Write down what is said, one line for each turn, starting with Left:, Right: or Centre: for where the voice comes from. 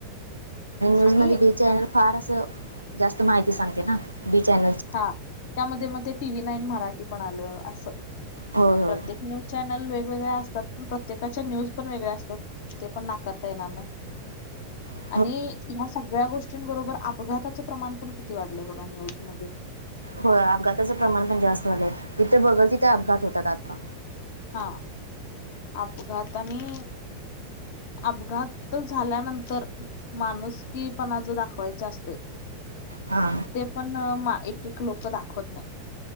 Right: न्यूज
Left: आणि
Right: म्हणजे बी चॅनेल फार असं जास्त माहिती सांगतय ना बी चॅनेल
Left: त्या मग ते टी व्ही नाईन मराठी पण आलं अस
Right: होय होय
Left: प्रत्येक न्य चॅनल वेगवेगळ्या असतात पण प्रत्येकाच्या न्यूज पण वेगळ्या असतात. ते पण नाकारता येणार नाही.
Right: ह.
Left: आणि या सगळ्या गोष्टींबरोबर अपघाताचं प्रमाण पण किती वाढलंय बघा न्यूजमध्येध्ये
Right: हो अपघाताचं प्रमाण पण जास्त झालंय जिथे बघल तिथे अपघात
Left: हम्म.
Right: होतात. आता
Left: हा अपघातानी अपघात झाल्यानंतर माणूस की पणज दाखवायच असत.
Right: हा
Left: ते पण एक एक लोक दाखवत नाही.